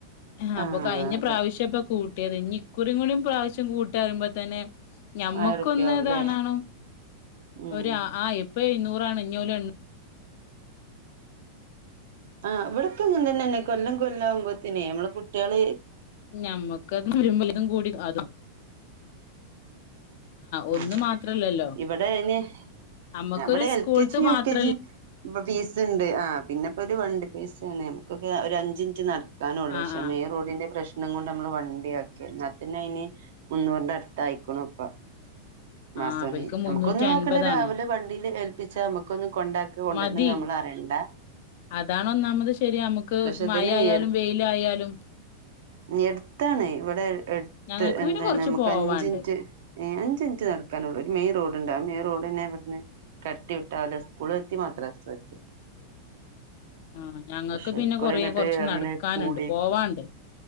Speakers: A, on the left; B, on the right.
A: ഏഹ് അപ്പൊ
B: ആഹ്
A: കഴിഞ്ഞ
B: അതെ
A: പ്രാവശ്യപ്പ കൂട് കട്ടിയത് ഇനി ഇക്കുറിം കൂടിം ക പ്രാവശ്യം കൂട്ടാ പറയുമ്പോ തന്നെ ഞമ്മക്കൊന്ന്
B: ആയിരം റുപ്യ ആവൂല്ലേ
A: ഇതാണാണോ
B: ഉം
A: ഒരു ആഹ് ആഹ് ഇപ്പോ എഴുന്നൂറാണ് ഇഞ്യോല് എണ്
B: ആഹ് ഇവിടെക്കങ്ങനെതന്നെന്നെ കൊല്ലം കൊല്ലാകുമ്പോത്തെന് നമ്മള് കുട്ട്യാള്
A: ഞമ്മക്ക്ത് വരുമ്പ ഇതും കൂടി അതും ഒന്ന്
B: ആഹ്
A: മാത്രല്ലല്ലോ
B: ഇവിടെ അയ്ന്
A: നമ്മക്കൊരു
B: അവിടെ എൽ
A: സ്കൂൾത്ത്
B: കെ ജിം യു
A: മാത്രല്ല
B: കെ ജിം ഇപ്പ പീസ് ഇണ്ട് ആഹ് പിന്നെപ്പൊ ഒരു വണ്ടി പൈസേണ് നമുക്കക്കെ ഒരു അഞ്ച് ഇഞ്ച് നട ക്കാനുള്ളൂ
A: ആഹ്
B: പക്ഷെ
A: ആഹ്
B: മെയിൻ റോഡിന്റെ പ്രശ് നം കൊണ്ട് നമ്മള് വണ്ടിയാക്കിയെ എന്നാ തന്നെ ഇനി മുന്നൂറിന്റെ അടുത്ത ആയിക്കുണു ഇപ്പം മാസം
A: ആഹ് ഇബൽക്ക്
B: ഫീ
A: മുന്നൂറ്റി
B: നമുക്കൊന്ന് നോക്കണ്ട
A: അൻപതാണ്
B: രാവിലെ വണ്ടില് ഏൽപ്പിച്ച നമുക്കൊന്ന് കൊണ്ടാക്ക കൊണ്ടുവരണെ
A: മതി
B: നമ്മള് അറിയണ് ണ്ട
A: അതാണ് ഒന്നാമത് ശരി നമുക്ക്
B: പക്ഷെ
A: മയ
B: ഇതന്നെ
A: ആയാലും
B: എടു
A: വെയിലായാലും
B: എടുത്താണ് ഇവിടെ എടുത്ത്
A: ഞങ്ങൾക്ക്
B: എന്താണ്
A: പിന്നെ കൊറച്ച്
B: നമുക്ക്
A: പോവാണ്ട്
B: അഞ്ചിറ്റ് ഏഹ് അഞ്ച്മിറ്റ് നടക്കാനുള്ളൂ ഒരു മെയിൻ റോഡ്ണ്ട് ആഹ് മെയിൻറോഡ്ന്നെ അവിടുന്ന് കടത്തി വിട്ടാ ഓല് സ്കൂളും എത്തി മദ്രസ എത്തി
A: <inaudible> ആഹ് ഞങ്ങക്ക്
B: പക്ഷെ
A: പിന്നെ
B: ഇക്കുറി
A: കൊറെ
B: എന്നിട്ട്
A: കുറച്ച്
B: അങ്ങനെ
A: നടക്കാനുണ്ട്
B: കൂടി
A: പോവാണ്ട്